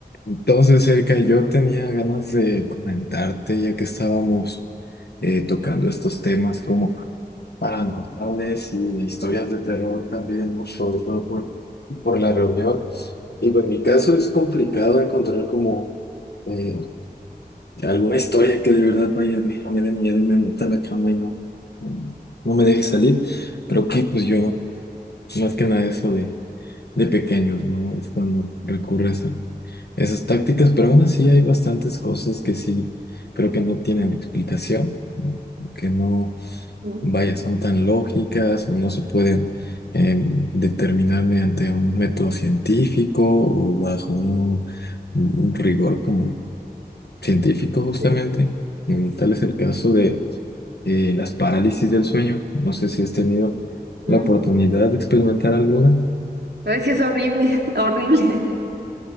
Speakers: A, on the left; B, on the right.
A: Entonces, Erika, yo tenía ganas de comentarte, ya que estábamos eh, tocando estos temas como paranormales y historias de terror también, ¿no? Sobre todo por, por la reunión. Y pues en mi caso es complicado encontrar como eh, alguna historia que de verdad vaya, me, me dé miedo y me meta a la cama y no, no no me deje salir. Creo que pues yo más que nada eso de, de pequeños, ¿no? Es cuando recurres a esas tácticas, pero aún así hay bastantes cosas que sí creo que no tienen explicación, ¿no? Que no,
B: Mm,
A: vaya, son tan lógicas o no se pueden eh, determinar mediante un método científico o bajo un, un rigor como científico justamente.
B: Sí.
A: Mm, Tal es el caso de eh, las parálisis del sueño. No sé si has tenido
B: Mm.
A: la oportunidad de experimentar alguna.
B: Ay, sí, es horrible, <laughs> horrible. <laughs>